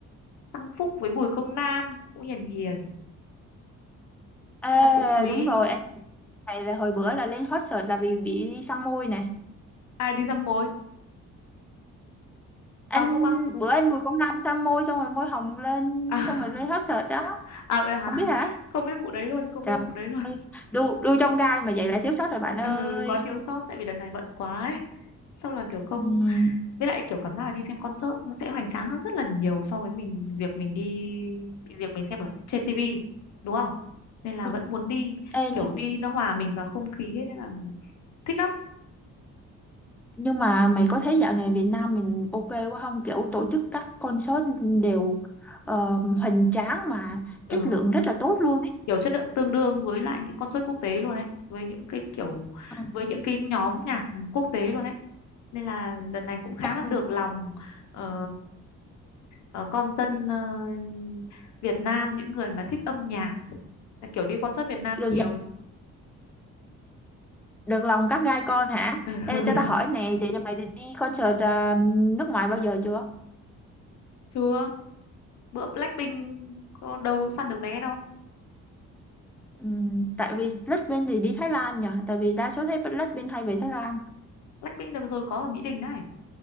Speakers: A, on the left; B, in the centre.
A: Tăng Phúc với Bùi Công Nam cũng hiền hiền
B: Ê
A: nên là cũng quý
B: đúng rồi anh này là hồi bữa là lên hot search là vì bị xăm môi nè
A: ai đi dăm mối
B: anh
A: Tăng Phúc á
B: bữa anh Bùi Công Nam xăm môi xong rồi môi hồng lên
A: à,
B: xong rồi lên hot search đó
A: <laughs> à vậy hả
B: không biết hả
A: không biết vụ đấy luôn không
B: Trời
A: biết vụ đấy luôn
B: đu đu trong gai mà vậy là
A: <laughs>
B: thiếu sót rồi bạn
A: ừ,
B: ơi
A: quá thiếu sót tại vì đợt này bận quá ấy xong là kiểu không
B: Ừm,
A: với lại kiểu cảm giác là đi xem concert nó sẽ hoành tráng hơn rất là nhiều so với mình việc mình đi việc mình xem ở trên tivi đúng không nên là
B: Ừ.
A: vẫn muốn đi
B: Ê, nh-
A: kiểu đi nó hòa mình vào không khí ấy, nên là thích lắm
B: nhưng mà mày có thấy dạo này Việt Nam mình ok quá không? Kiểu tổ chức các concert đều ờ, hoành tráng mà chất
A: ừ
B: lượng rất là tốt luôn ấy.
A: kiểu chất lượng tương đương với lại những concert quốc tế luôn ấy với những cái kiểu
B: ừ.
A: với những cái nhóm nhạc quốc tế luôn ấy nên là lần này cũng khá là
B: Ừ.
A: được lòng ờ, ờ, con dân ờ, Việt Nam những người mà thích âm nhạc kiểu đi concert Việt Nam
B: Được,
A: nhiều
B: dạ- được lòng các gai con hả?
A: <laughs>
B: Ê, cho tao hỏi nè, để mày đi đi concert ờ, nước ngoài bao giờ chưa?
A: chưa bữa Blackpink có đâu săn được vé đâu
B: Ừm, tại
A: ừ.
B: vì Blackpink thì đi Thái Lan nhỉ? Tại vì đa số thấy Blackpink hay về Thái Lan.
A: Blackpink đợt vừa rồi có ở Mỹ Đình này